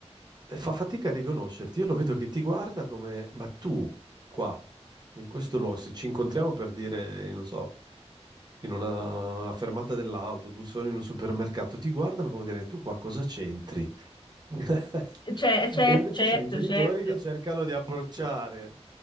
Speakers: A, on the right; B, on the left.
A: eh, fa fatica a riconoscerti. Io lo vedo che ti guarda come, ma tu, qua, in questo luogo, se ci incontriamo per dire, non so, in una, una fermata dell'autobus o in un supermercato, ti guardano come dire, tu qua cosa c'entri? <laughs>
B: Cioè, cer-
A: E invece
B: certo,
A: sono i genitori
B: certo.
A: che cercano di approcciare,